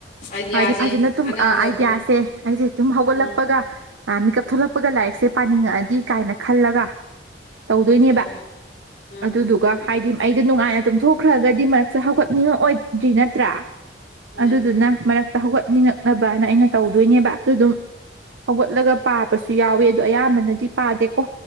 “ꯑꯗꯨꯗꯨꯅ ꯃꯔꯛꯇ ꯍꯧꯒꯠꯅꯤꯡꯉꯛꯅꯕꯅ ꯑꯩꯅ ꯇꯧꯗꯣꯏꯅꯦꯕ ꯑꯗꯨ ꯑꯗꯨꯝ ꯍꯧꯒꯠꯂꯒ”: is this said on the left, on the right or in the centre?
Right